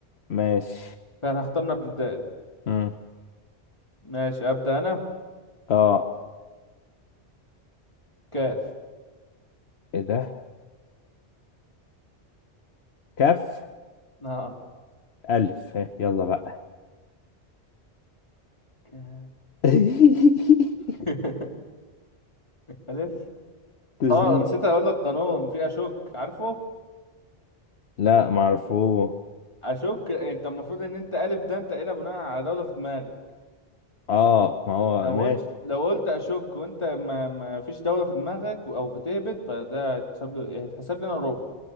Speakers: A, on the left; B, on the left.
A: ماشي
B: فاحنا اخترنا بلدان
A: مم.
B: ماشي أبدأ أنا
A: اه
B: كاف
A: ايه ده كف
B: اه
A: الف ها، يلا بقى
B: كاف
A: <laughs>
B: <laughs> ألف
A: تزن-
B: اه نسيت أقول لك قانون في أشك عارفه
A: لا معرفوه
B: أشك أنت المفروض إن أنت ألف ده أنت قايلها بناء على دولة في دماغك
A: اه ما هو
B: لو
A: ماشي
B: قلت لو قلت أشك وأنت ما ما فيش دولة في دماغك أو بتهبد فده هيتحسب له هيتحسب لي أنا ربع